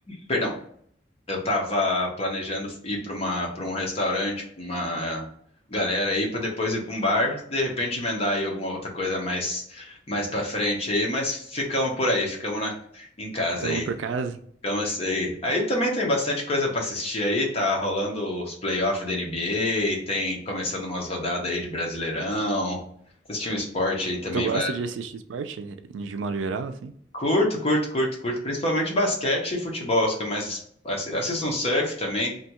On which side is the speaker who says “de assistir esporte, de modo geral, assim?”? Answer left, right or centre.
Right